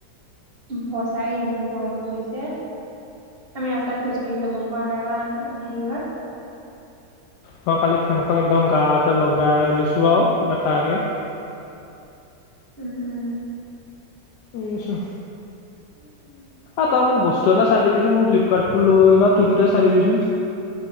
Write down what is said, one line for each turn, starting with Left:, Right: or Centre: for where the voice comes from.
Right: ভচাই ইমান গৰম পৰিছে। আমি ৰাস্তাত খোজকাঢ়ি যাব পৰা নাই বা হেৰি হয়।
Left: মই কালি ফেনখন একদম গাতে লগাই লৈছোঁ আৰু বেকাকৈ।
Right: উম, উম।
Left: শুই আছো।
Right: তাকে।
Left: অ', তই মোক বস্তু এটা চাই দিবিচোন, মোৰ ফ্লিপকাৰ্ট টো লৈ বা তোৰ তাতে চাই দিবিচোন।